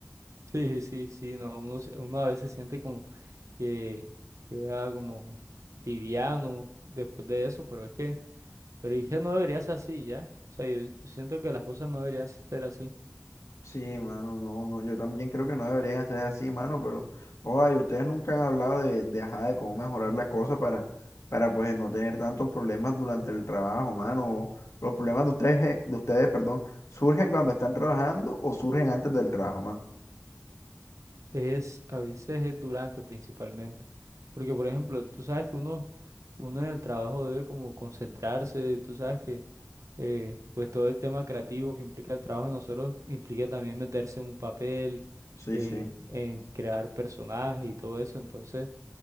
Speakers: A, on the right (about 80°); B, on the left (about 80°).
A: Sí, sí, sí, no, uno, se- uno a veces siente como que queda como liviano después de eso, pero es que, pero es que no debería ser así, ¿ya? O sea, yo, yo siento que las cosas no deberían ser así.
B: Sí, mano, no, no, yo también creo que no deberían hacer así, mano, pero, oye, ustedes nunca han hablado de, de, ajá, de cómo mejorar las cosas para, para, pues, no tener tantos problemas durante el trabajo, mano. Los problemas de ustedes, eh, de ustedes, perdón, ¿surgen cuando están trabajando o surgen antes del trabajo, mano?
A: es a veces es durante principalmente. Porque, por ejemplo, tú sabes que uno, uno en el trabajo debe como concentrarse, tú sabes que eh, pues todo el tema creativo que implica el trabajo de nosotros implica también meterse en un papel,
B: Sí,
A: en,
B: sí.
A: en crear personajes y todo eso. Entonces,